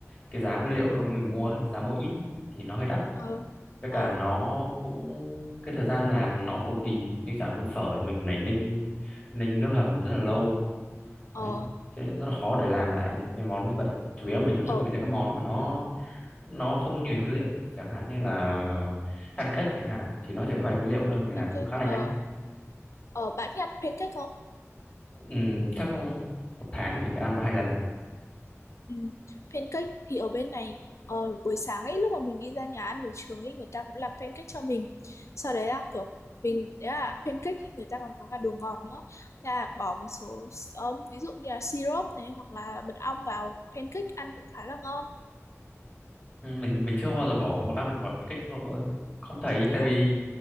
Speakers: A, on the left; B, on the left.
A: cái giá nguyên liệu mình mua giá mua ít ấy, thì nó hơi đắt
B: Ờ,
A: với cả
B: ờ,
A: nó cũng cái thời gian làm nó cầu kỳ như chả món phở thì mình còn phải ninh ninh nước hầm rất là lâu đấy
B: ờ,
A: thế rất là khó để làm lại những cái món như vậy chủ yếu là mình tập trung
B: ở
A: vào những cái món mà nó nó không có nhiều nguyên liệu chẳng hạn như là pancake chẳng hạn thì nó chỉ có vài nguyên liệu thôi mình làm
B: pancake,
A: cũng khá là
B: ờ,
A: nhanh
B: ờ, bạn thích ăn pancake không?
A: ừ, chắc một tháng mình chỉ ăn một hai lần
B: Ừ. Pancake thì ở bên này ờ, buổi sáng ấy lúc mà mình đi ra nhà ăn buổi trường ấy người ta cũng làm pancake cho mình. Sau đấy là kiểu mình đấy là pancake thì người ta còn có cả đồ ngọt nữa. Thế là bỏ một số ờ, ví dụ như là syrup này hoặc là mật ong vào pancake ăn cũng khá là ngon.
A: Ừ, mình mình chưa bao giờ bỏ một năm vào phân cách hộ- không thấy
B: Thế
A: tại
B: à?
A: vì